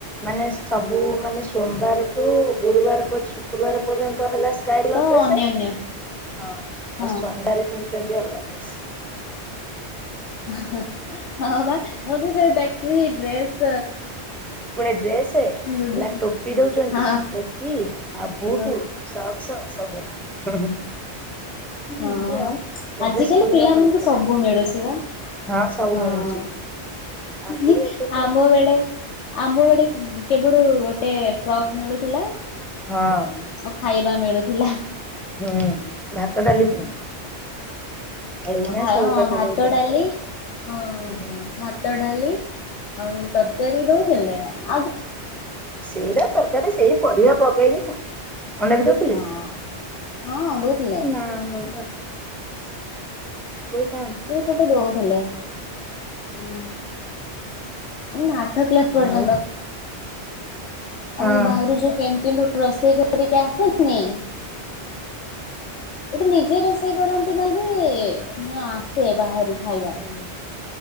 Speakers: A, in the centre; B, on the left.
A: ମାନେ ସବୁ ମାନେ ସୋମବାର ଠୁ ଗୁରୁବାର ପ ଶୁକ୍ରବାର ପର୍ଯ୍ୟନ୍ତ ହେଲା କାଯୁୟାଲ
B: ତ
A: ଡ୍ରେସ
B: ଅନ୍ୟାନ୍ୟ
A: ହଁ ଆଉ
B: ହଁ
A: ଶନିବାରେ ପିନ୍ଧୁଛନ୍ତି ଅଲଗା ଡ୍ରେସ।
B: ହଁ ହଁ ବା ମୁଁ ବି ସେଇ ଦେଖୁଥିଲି ଡ୍ରେସ
A: ପୁଳେ ଡ୍ରେସ
B: ଲୁଡୁ
A: ହେଲା ଟୋପି ଦଉଛନ୍ତି
B: ହଁ
A: ଟୋପି ଆଉ ବୁଟ
B: ହଁ
A: ସକ୍ସ ସବୁ କଥା। ଏମତି
B: ହଁ
A: ଆଉ,
B: ଆଜିକାଲି
A: ଏବେ ସ୍କୁଲ
B: ପିଲାମାନଙ୍କୁ
A: ଟା ଭଲ ହେଲାଣି।
B: ସବୁ ମିଳୁଛି ବା।
A: ହଁ ସବୁ
B: ହଁ,
A: ମିଳୁଛି। ଆଗରୁ
B: ହେ
A: ଏତେ ମିଳେ
B: ଆମ ବେଳେ ଆମ ବେଡେ କେବଠୁ ଗୋଟେ ଫ୍ରକ୍ ମିଳୁଥିଲା।
A: ହଁ।
B: ଓ ଖାଇବା ମିଳୁଥିଲା।
A: ହୁଁ ଭାତ ଡାଲି ପୁଣି ଏଇନା
B: ହଁ
A: ସବୁ
B: ହଁ
A: ପ୍ରକାର
B: ଭାତ
A: ଦଉଛନ୍ତି
B: ଡାଲି
A: ଖାଇବା।
B: ହଁ ଭା
A: ହୁଁ
B: ଭାତ ଡାଲି ଆଉ ତରକାରୀ ଦଉଥିଲେ ଆ
A: ସେଇରା ତରକାରୀ ସେଇ ପରିବା ପକେଇକି କ ଅଣ୍ଡା ବି ଦଉଥିଲେ
B: ହଁ। ହଁ ଦଉଥିଲେ
A: ନା ଁ ଆ <unintelligible>
B: ଏଇପଟେ ଦଉଥିଲେ। ହୁଁ ଆମ ଆଠ କ୍ଲାସ ପର୍ଯ୍ୟନ୍ତ।
A: ଆଉ ହଁ
B: ଆଉ ବାହାରୁ ଯୋଉ କ୍ୟାଣ୍ଟିନ ରୁ ରୋଷେଇ କରିକି ଆସେନି, ଏଠି ନିଜେ ରୋଷେଇ କରନ୍ତି ନାହିଁ ନା ଆସେ ବାହାରୁ ଖାଇବା?
A: ହୁଁ